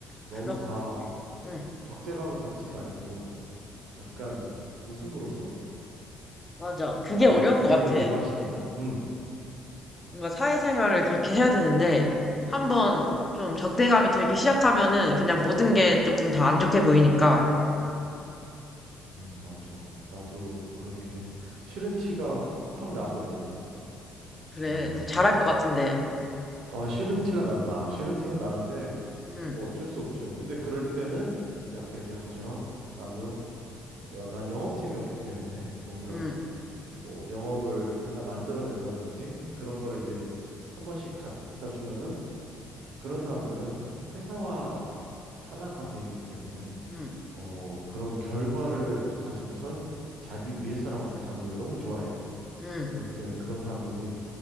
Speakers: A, on the left; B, on the right.
A: 그렇,
B: 너무 다
A: 응.
B: 적대감을 갖지 말고 약간 웃음으로써
A: 맞아. 그게
B: 그런
A: 어려운
B: 분위기를
A: 것 같아.
B: 용화시키면 음,
A: 뭔가 사회생활을 그렇게 해야 되는데, 한번 좀 적대감이 들기 시작하면은 그냥 모든 게 조금 다 안 좋게 보이니까
B: 음 맞아 나도 그렇게 싫은 티가 확 팍팍 나거든
A: 그래.
B: 음
A: 잘할 것 같은데.
B: 아 싫은 티가 난다 싫은 티가 나는데
A: 음.
B: 뭐 어쩔 수 없지 뭐. 근데 그럴 때는 이제 아까 얘기한 것처럼 나도 어, 난 영업팀이었기 때문에 뭔가
A: 음.
B: 뭐 영업을 하나 만들어낸다든지 그런 거를 이제 한 번씩 갖다 주면은 그런 사람들은 회사와 하나가 돼 있기 때문에
A: 음.
B: 어, 그런 결과를 가지고선 자기 위에 사람한테 가는 걸 너무 좋아해.
A: 음.
B: 그렇기 때문에 그런 사람들이